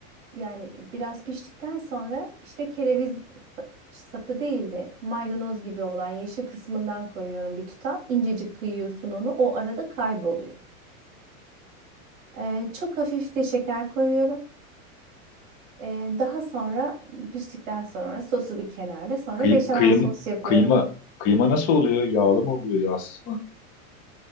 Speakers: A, on the right (about 65°); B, on the left (about 20°).
A: yani biraz piştikten sonra işte kereviz sa- sapı değil de maydanoz gibi olan yeşil kısmından koyuyorum bir tutam. İncecik kıyıyorsun onu. O arada kayboluyor. E, çok hafif de şeker koyuyorum. E, daha sonra piştikten sonra sosu bir kenarda. Sonra
B: Kıy-
A: beşamel
B: kıyım
A: sos yapıyorum.
B: kıyma kıyma nasıl oluyor? Yağlı mı oluyor, yağsız mı?